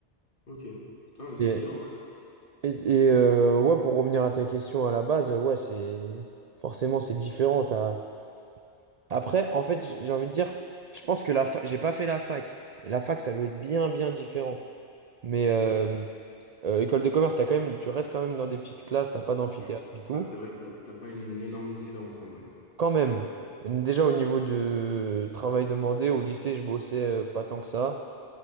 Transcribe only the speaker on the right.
Et,
et, et, euh, ouais, pour revenir à ta question à la base, euh, ouais, c'est forcément c'est différent. t'as- Après, en fait, j- j'ai envie de dire, je pense que la fac, j'ai pas fait la fac. Et la fac, ça doit être bien, bien différent. Mais euh, euh, école de commerce, t'as quand même, tu restes quand même dans des petites classes, t'as pas d'amphithéâtre
et tout.
Quand même. Déjà au niveau de travail demandé, au lycée, je bossais euh, pas tant que ça.